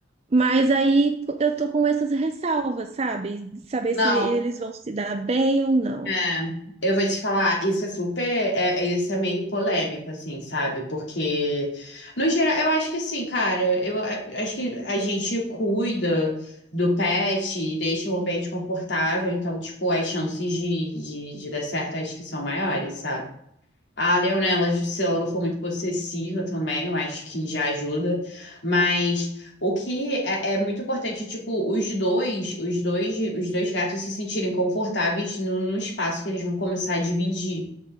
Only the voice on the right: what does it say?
Mas aí eu tô com essas ressalvas, sabe? De saber
se eles vão se dar bem ou não.